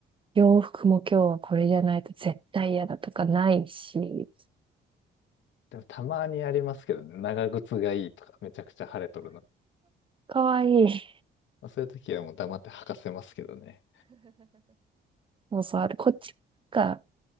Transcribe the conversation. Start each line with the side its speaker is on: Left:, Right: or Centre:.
Right: 洋服も今日はこれじゃないと絶対嫌だとかないし、
Left: でもたまにありますけどね。長靴がいいとか、めちゃくちゃ晴れとるの
Right: かわいい。
Left: まあ、そういう時はもう黙って吐かせますけどね。
Right: もうそうある。こっちが